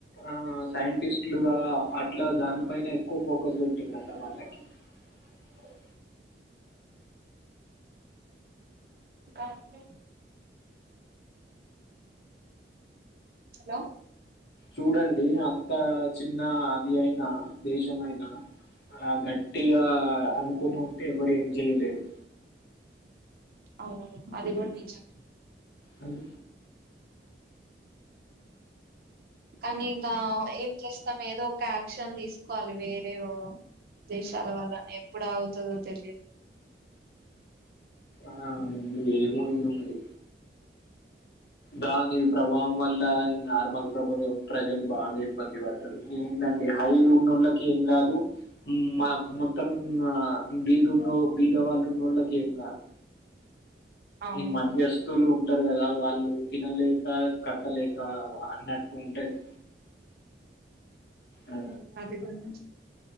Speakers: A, on the left; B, on the right.
A: ఆ ఆ సైంటిస్టులుగా అట్ల దానిపైన ఎక్కువ ఫోకస్ పెట్టిల్లంట వాళ్ళకి. అ
B: కా అండి హలో
A: చూడండి అంతా చిన్న అది అయినా దేశమైనా ఆ గట్టిగా అనుకొని ఉంటే ఎవరు ఏం చెయలేరు.
B: అవును అది గుడ నిజమే
A: ఉమ్
B: కనీ ఇంకా ఏం జేస్తాం ఏదో ఒక యాక్షన్ తీస్ వాళ్ళు వేరే ఓ దేశాల వల్ల ఎప్పుడు అవుతుందో తెలియదు.
A: ఆ ఏమో ఇగ మరి దానివి ప్రభావం వల్ల ఇగ నార్మల్ ప్రభలు ప్రజలు బాగ ఇబ్బంది పడతరు. ట్లాంటి హై ఉన్నోళ్ళకి ఏం గాదు మా మొత్తం బీదున్నో బీద వాళ్ళు ఉన్నోళ్ళకి ఏం గాదు
B: అవును
A: ఈ మాధ్యస్తులున్ టరు గదా వాళ్ళు తినలేక కక్కలేక అన్నట్టు ఉంటది ఆ
B: అవును అదిగుడా